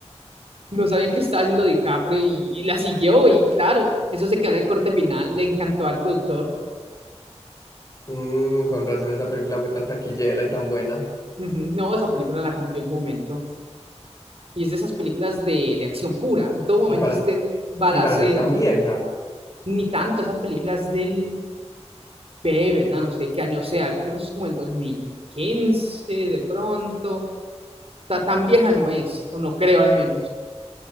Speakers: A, on the right (about 60°); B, on the left (about 30°).
A: no sabían qué estaba haciendo DiCaprio y, y la siguió, y claro, eso se quedó en el corte final, le encantó al productor.
B: Mm, con razón esa película fue tan taquillera y tan buena.
A: Ujú, No, esa película la rompió en su momento. Y es de esas películas de, de acción pura. En todo momento
B: Y para,
A: usted balaceras.
B: y para ser tan vieja,
A: Ni tanto, esa película es del P, ¿verdad? No sé qué año sea. Yo creo que eso es como el 2015, de pronto. Ta- tan vieja no es, o no creo al menos.